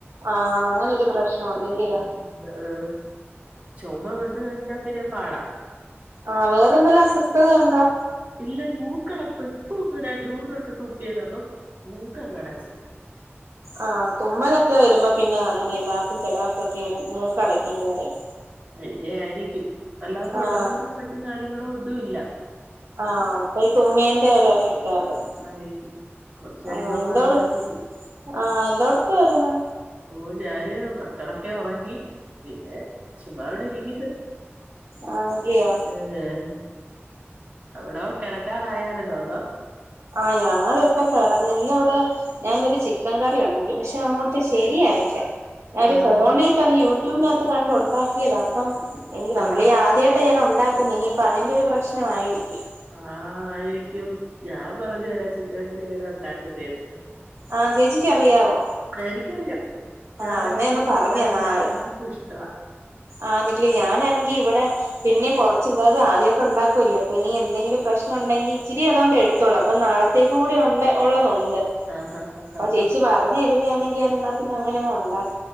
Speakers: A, on the right; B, on the right.
A: ആ അങ്ങനെ ഒരു പ്രശ്നമുണ്ടല്ലയോ
B: അആഹ് ചൊമ വന്ന് കഴിഞ്ഞാ പി പിന്നെ പാടാ
A: ആഹ് വേറെന്തേലും അസ്വസ്ഥത ഉണ്ടോ
B: ഇല്ല മൂക്കടപ്പ് ഇപ്പൊ ഒന്ന് രണ്ട് മൂന്ന് വട്ടം തുമ്പിയതാ അപ്പം മൂക്ക് ആകെ അടച്ച്
A: ആഹ് തുമ്മലൊക്കെ വരുമ്പോ പിന്നെ അങ്ങനെ എല്ലാർക്കും ചെലവർക്കാെക്കെ ഇങ്ങനെ മൂക്കടക്കുംന്ന് പറിം
B: അയ്ന്റെ ആയിരിക്കും അല്ലാതെ തൊണ്ടവേദനയോ
A: ആ
B: മറ്റു കാര്യങ്ങളോ ഒന്നും ഇല്ല
A: ആഹ് അപ്പൊ തുമ്മിയെന്റെ ഒരു എഫക്റ്റ് ക്കാരം
B: ആയിരിക്കും കുറച്ച് കഴിയുമ്പോ
A: ആഹ് എന്താട്‌
B: മാറുമായിരിക്കും
A: ആഹ് എന്തോട്ക്കുവായിരുന്നു
B: ഓഹ് ഞാന് മക്കളൊക്കെ ഒറങ്ങി പിന്നെ ചുമ്മാ ഇവിടെ ഇരിക്കുന്ന്
A: ആഹ് ഇഡ്ലിയോ
B: ഏഹ് അവ്ടെ കെടക്കാറായാര്ന്നോ അതോ
A: ആഹ് ഞങ്ങളിപ്പൊ കെടന്നു ഇഞ് ഇവിടെ ഞാനൊരു ചിക്കൻ കറി ഉണ്ടാക്കി പക്ഷെ അങ്ങോട്ട് ശരിയായില്ല ഞാന ഒരു
B: ആഹ്
A: ഫോണിലട്ട യൂട്യൂബിനകത്ത് കണ്ട ഉണ്ടാക്കിയത് അപ്പം എനിക്ക് നമ്മൾ
B: ആഹ്
A: ഈ ആദ്യയിട്ട് ഞാൻ ഉണ്ടാക്കുന്ന ഇനിയിപ്പ അതിന്റെ ഒരു പ്രശ്നമായിരിക്കും
B: ആഹ് യിരിക്കും ഞാൻ പറഞ്ഞു തരാ ചിക്കൻ കറി എങ്ങനെയാ ഉണ്ടാക്കുന്നേന്ന്
A: ആഹ് ചേച്ചിക്ക് അറിയാവോ
B: എനരിക്കുംറിയാംഞാൻ
A: ആഹ്
B: ഉണ്ടാക്കുന്ന
A: അന്നേ ഒന്ന്
B: കൂട്ടിക്കറി
A: പറഞ്ഞന്നാ
B: ഇവിടെ എല്ലാർക്കും ഇഷ്ടവാ
A: ആന്നില്ലേ ഞാനാണെങ്കി ഇവിടെ പിന്നെ കുറച്ച് എന്തായത് ആദ്യമായിട്ട് ഉണ്ടാക്കൂല്ലേ അപ്പൊ ഇനി എന്തെങ്കിലും പ്രശ്നം ഉണ്ടെങ്കി ഇച്ചരി അതുകണ്ട്ടുത്തോളൂ അപ്പ നാളെ കൂടി ഉണ്ട് ഉള്ളതുണ്ട്
B: ആഹ് ഹ ഹ ഹ
A: അപ്പൊ
B: ഹ
A: ചേച്ചി പറഞ്ഞ തരുന്നാണെങ്കി എന്നാ പിന്നെ അങ്ങനെ ഉണ്ടാക്ക